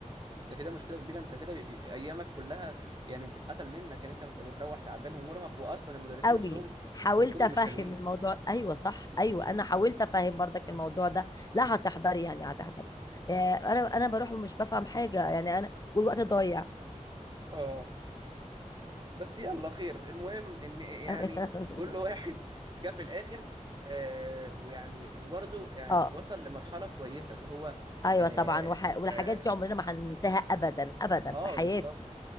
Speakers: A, on the right (about 35°); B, on the left (about 30°).
A: ده كده مشكلة كبيرة انت كده ي- ايامك كلها يعني بتتقتل منك ان انت بت- بتروح تعبان ومرهق واصلا المدرسين
B: قوي
A: نفسهم
B: حاولت
A: بيكونوا
B: افهم
A: مش حلوين
B: الموضوع ايوه صح ايوه انا حاولت
A: م.
B: افهم برضك الموضوع ده لا هتحضري يعني هتحضري آه، انا انا بروح ومش بفهم حاجه يعني انا والوقت ضايع
A: اه بس يلا خير المهم ان يعني
B: <laughs>
A: كل واحد جه في الاخر آه ويعني وبرضه يعني
B: اه
A: وصل لمرحلة كويسة اللي هو
B: ايوه
A: اه,
B: طبعا وح... والحاجات
A: آه,
B: دي عمرنا ما هننساها ابدا ابدا
A: آه
B: في حياتي
A: بالظبط